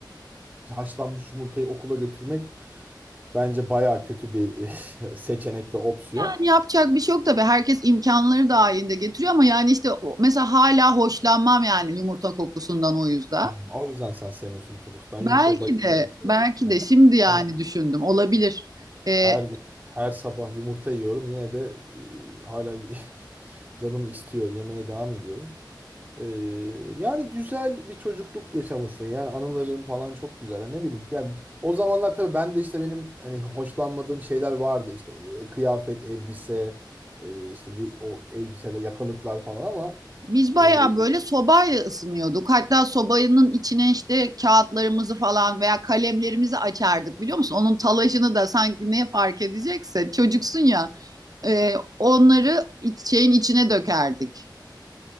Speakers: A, on the right (about 15°); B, on the right (about 50°).
A: Haşlanmış yumurtayı okula götürmek bence baya kötü bir <laughs> seçenek ve opsiyon.
B: Yani yapacak bir şey yok tabii. Herkes imkanları dahilinde getiriyor ama yani işte o- mesela hala hoşlanmam yani yumurta kokusundan o yüzden.
A: Hı. O yüzden sen sevmiyorsun yumurta kokusu. Ben
B: Belki
A: yumurtaya bayılıyorum
B: de
A: mesela.
B: belki
A: Yani
B: de şimdi yani
A: ben
B: düşündüm olabilir. Ee,
A: her gün her sabah yumurta yiyorum. Yine de e, hala <laughs> canım istiyor. Yemeye devam ediyorum. Ee, yani güzel bir çocukluk yaşamışsın. Yani anıların falan çok güzel. Yani ne bileyim. Yani o zamanlar tabii ben de işte benim hani hoşlanmadığım şeyler vardı. İşte e, e, kıyafet, elbise, e, işte ye- o elbiseler, yakalıklar falan ama
B: biz bayağı
A: e,
B: böyle sobayla ısınıyorduk. Hatta sobanın içine işte kağıtlarımızı falan veya kalemlerimizi açardık biliyor musun? Onun talaşını da sanki ne fark edecekse çocuksun ya. Ee, onları iç- şeyin içine dökerdik